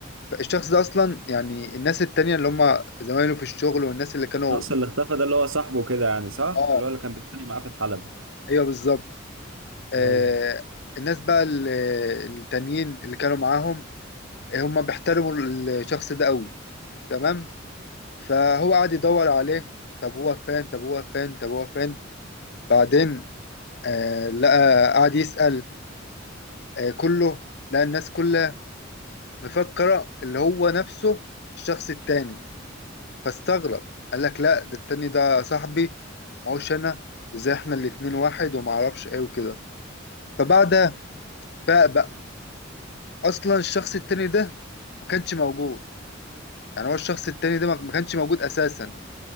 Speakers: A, on the left; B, on the right.
A: فالشخص ده أصلا يعني الناس التانية اللي هم زمايله في الشغل والناس اللي كانوا
B: الشخص
A: ب...
B: اللي اختفى ده اللي هو صاحبه كده يعني صح
A: اه
B: اللي هو اللي كان بيتخانق معاه في الحلبة
A: ايوه بالظبط آه،
B: ايوه
A: الناس بقى ال- التانيين اللي كانوا معاهم آه، هم بيحترموا الشخص ده قوي تمام فهو قعد يدور عليه طب هو فين طب هو فين طب هو فين بعدين آه لقى قعد يسأل آه كله لقى الناس كلها مفكرة اللي هو نفسه الشخص التاني فاستغرب قال لك لا ده التاني ده صاحبي ما هوش انا وازاي احنا الاتنين واحد وما اعرفش ايه وكده فبعدها فاق بقى اصلا الشخص التاني ده ما كانش موجود يعني هو الشخص التاني ده ما ما كانش موجود اساسا